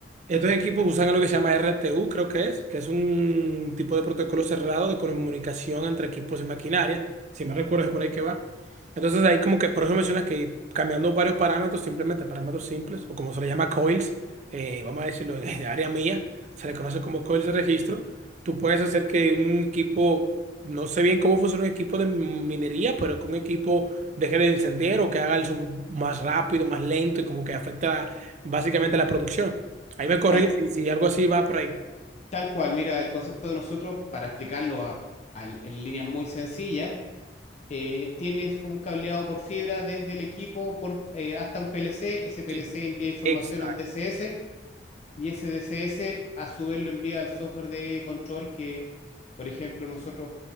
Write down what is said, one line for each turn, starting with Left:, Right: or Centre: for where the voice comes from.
Right: Estos equipos usan algo que se llama RTU, creo que es, que es un tipo de protocolo cerrado de comunicación entre equipos y maquinaria. Si me recuerdo, es por ahí que va. Entonces, ahí como que, por eso mencionas que cambiando varios parámetros, simplemente parámetros simples, o como se le llama coils, eh, vamos a decirlo en el área mía, se le conoce como coils de registro Tú puedes hacer que un equipo, no sé bien cómo funciona un equipo de minería, pero que un equipo deje de encender o que haga el sub más rápido, más lento y como que afecta básicamente la producción. Ahí me corrí
Left: Tal,
Right: si, si algo así va por ahí.
Left: tal cual, mira, el concepto de nosotros, para explicarlo a, a, en líneas muy sencillas, eh, tienes un cableado por fibra desde el equipo por, eh, hasta un PLC. Ese PLC
Right: Sí,
Left: envía información
Right: Exacto.
Left: a un DCS y ese DCS a su vez lo envía al software de control que, por ejemplo, nosotros,